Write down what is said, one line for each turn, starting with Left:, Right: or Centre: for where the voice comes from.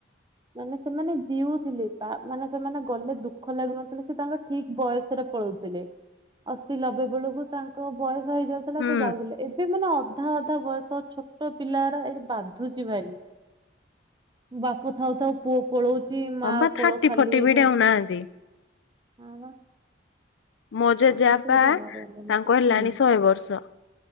Right: ମାନେ ସେମାନେ ଜିଉଥିଲେ ମାନେ ସେମାନେ ଗଲେ ଦୁଃଖ ଲାଗୁନଥିଲେ ସେ ତାଙ୍କର ଠିକ ବୟସ ରେ ପଳଉଥିଲେ ଅଶୀ ନବେ ବେଳକୁ ତାଙ୍କ ବୟସ ହେଇଯାଉଥିଲା
Left: ହୁଁ
Right: ସେ ଯାଉଥିଲେ। ଏବେ ମାନେ ଅଧା ଅଧା ବୟସ ଛୋଟ ପିଲାଗୁରା ଏ ବାଧୁଛି ଭାରି ବାପ ଥାଉ ଥାଉ ପୁଅ ପଳଉଛି
Left: ହଁ
Right: ମା
Left: ବା
Right: କୋଳ
Left: ଥାର୍ଟି
Right: ଖାଲି
Left: ଫୋର୍ଟି
Right: ହେଇଯାଉଛି।
Left: ବି ଡେଉଁନାହାନ୍ତି
Right: ହଁ ବା।
Left: ମୋ ଜେଜେ
Right: ମାନେ
Left: ବାପା
Right: ସେଇଟା ଭାରି
Left: ତାଙ୍କ
Right: ଅବାଗିଆ
Left: ହେଲାଣି
Right: ହୁଁ
Left: ଶହେ ବର୍ଷ।